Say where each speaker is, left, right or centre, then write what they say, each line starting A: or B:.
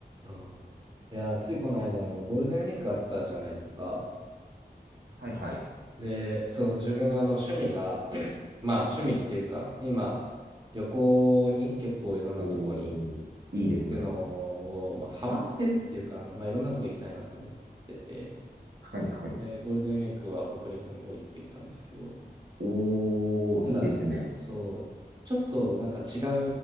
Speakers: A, on the right; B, on the right.
A: あいやー、ついこの間、あの、ゴールデンウィークあったじゃないですか。
B: はいはい。
A: で、そう、自分、あの、趣味が、<clears throat> まあ、趣味っていうか、
B: はいはい。
A: 今、旅行に結構いろんなとこに
B: おー、いいですね。
A: 行くのを、まあ、ハマってるっていうか、まあ、いろんなとこ行きたいなと思ってて、
B: はいはい。
A: で、ゴールデンウィークは北陸の方行ってきたんですけど、
B: おー、
A: ただ、
B: いいですね。
A: そう、ちょっとなんか違う